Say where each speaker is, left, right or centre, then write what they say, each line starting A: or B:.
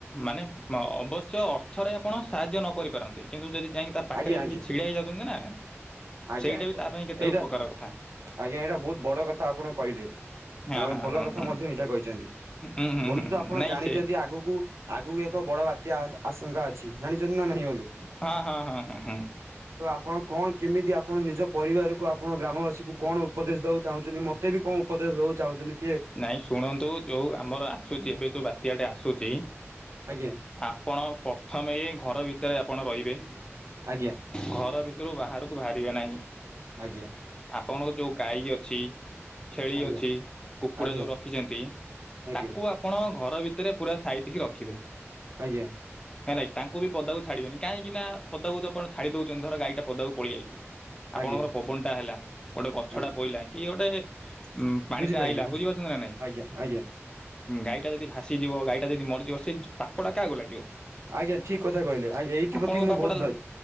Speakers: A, on the left; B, on the right.
A: ମାନେ ଅବଶ୍ୟ ଅ ଥରେ ଆପଣ ସାହାଯ୍ୟ ନ କରିପାରନ୍ତି କିନ୍ତୁ ଯଦି ଯାଇକି ତା ପାଖରେ
B: ଆଜ୍ଞା ଆଜ୍ଞା
A: ଯଦି ଛିଡା ହେଇଯାଉଚନ୍ତି ନା
B: ଆଜ୍ଞା
A: ସେଇଟା
B: ଆଜ୍ଞା
A: ବି ତା ପାଇଁ କେତେ
B: ଏଇଟା
A: ଉପକାରକ।
B: ଆଜ୍ଞା ଏଇଟା ବହୁତ ବଡ କଥା ଆପଣ କହିଲେ
A: ହଁ
B: ଆପଣ
A: ହଁ
B: ଭଲ
A: ହଁ
B: କଥା
A: ହଁ
B: ମଧ୍ୟ ଏଇଟା କହିଚନ୍ତି।
A: ହୁଁ ହୁଁ
B: ବନ୍ଧୁ
A: ହୁଁ
B: ତ
A: ହୁଁ
B: ଆପଣ
A: ନାଇଁ
B: ଜାଣିଚନ୍ତି
A: ସେ
B: ଆଗକୁ ଆଗକୁ ଏକ ବଡ ବାତ୍ୟା ଆଶଙ୍କା ଅଛି। ଜାଣିଚନ୍ତି ନା ନାହିଁ ବଧୁ
A: ହଁ ହଁ ହଁ ହଁ ହଁ
B: ତ ଆପଣ କଣ କେମିତି ଆପଣ ନିଜ ପରିବାରକୁ ଆପଣ ଗ୍ରାମବାସୀକୁ କଣ ଉପଦେଶ ଦେବାକୁ ଚାହୁଁଚନ୍ତି ମୋତେ ବି କଣ ଉପଦେଶ ଦେବାକୁ ଚାହୁଁଚନ୍ତି।
A: ନାଇଁ ଶୁଣନ୍ତୁ ଯୋଉ ଆମର ଆସୁଛି ଏବେ ଯୋଉ ବାତ୍ୟା ଟେ ଆସୁଛି।
B: ଆଜ୍ଞା।
A: ଆପଣ ପ୍ରଥମେ ଘର ଭିତରେ ଆପଣ ରହିବେ।
B: ଆଜ୍ଞା।
A: ଘର ଭିତରୁ ବାହାରକୁ ବାହାରିବା ନାହିଁ।
B: ଆଜ୍ଞା।
A: ଆପଣଙ୍କ ଯୋଉ ଗାଈ ଅଛି, ଛେଳି
B: ଆଜ୍ଞା
A: ଅଛି, କୁକୁଡ଼ା
B: ଆଜ୍ଞା
A: ଯୋଉ ରଖିଛନ୍ତି,
B: ଆଜ୍ଞା
A: ତାକୁ ଆପଣ ଘର ଭିତରେ ପୁରା ସାଇତିକି ରଖିବେ।
B: ଆଜ୍ଞା।
A: ହେଲାକି। ତାଙ୍କୁ ବି ପଦାକୁ ଛାଡିବନି, କାହିଁକି ନା ପଦାକୁ ତ ଆପଣ ଛାଡି ଦଉଛନ୍ତି ଧର ଗାଈଟା ପଦାକୁ ପଳେଇ ଆଇଚି ଆପଣଙ୍କର
B: ଆଜ୍ଞା
A: ପବନ ଟା ହେଲା। ଗୋଟେ ଗଛ
B: ଆଜ୍ଞା
A: ଟା ପଇଲା। କି ଗୋଟେ ଉ ପାଣି
B: ବୁଝିପାଇଲି
A: ଆଇଲା,
B: ବୁଝି
A: ବୁଝିପାରୁଛନ୍ତି ନା ନାଇଁ?
B: ଆଜ୍ଞା ଆଜ୍ଞା
A: ଗାଈଟା ଯଦି ଭାସିଯିବ, ଗାଈଟା ଯଦି ମରିଯିବ, ସେ ପାପଟା କାହାକୁ ଲାଗିବ?
B: ଆଜ୍ଞା, ଠିକ କଥା କହିଲେ। ଆଜ୍ଞା ଏଇଥିପ୍ରତି
A: ଆପଣଙ୍କ
B: ମୁଁ
A: ପାପଟା
B: ବହୁତ
A: ଲାଗେ।
B: ଦା